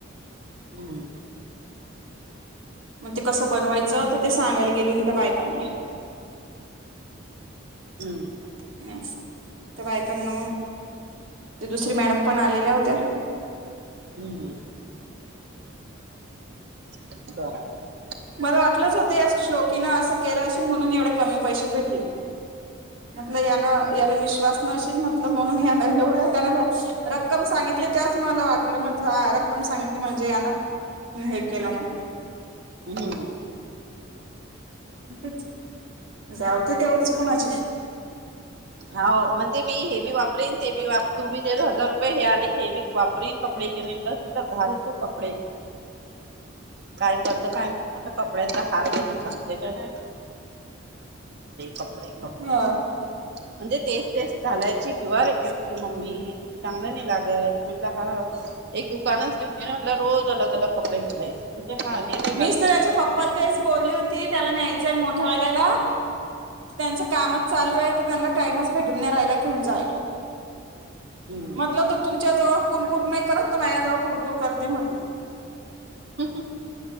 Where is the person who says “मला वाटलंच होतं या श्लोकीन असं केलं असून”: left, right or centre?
Right